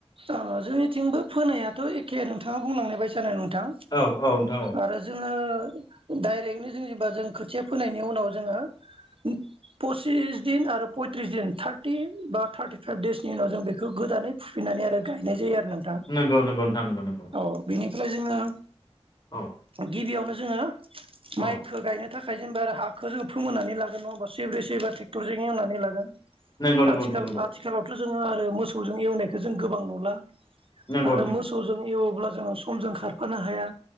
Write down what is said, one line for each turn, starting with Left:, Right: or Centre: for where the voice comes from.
Right: ओ जोंनिथिंबो फोनायाथ' एखे नोंथाङा बुंलांनाय बायसानो नों थां
Left: औ औ नोंथां औ
Right: आरो जोङो डाइरेक्टलि जेनेबा जों खोथिया फोनायनि उनाव जोङो ओम पस सिस दिन आरो पयथ्रिस दिन थार्टिन बा थार्टिफाइभ देइसनि उनाव जों बेखौ गोदानै फुफिननानै आरो गायनाय जायो आ नोंथां
Left: नंगौ नंगौ नोंथां नंगौ नंगौ
Right: औ बेनिफ्राय जोङो
Left: औ
Right: गिबियावनो जोङो माइखौ
Left: औ
Right: गायनो थाख थाखाय जेनबा आरो हाखौ जों फोमोननानै लागोन नङाहोमबा सैब्रै सैबा ट्रेक्टरजों एवनानै लागोन।
Left: नंगौ नंगौ
Right: आथिखाल
Left: नोंथां नंगौ
Right: आथिखालावथ' जों जों आरो मोसौजों एवनायखो जों गोबां नु मोनला।
Left: नंगौ
Right: आरो
Left: नोंथां
Right: मोसौजों एव अब्ला जोङो समजों खारफानो हाया।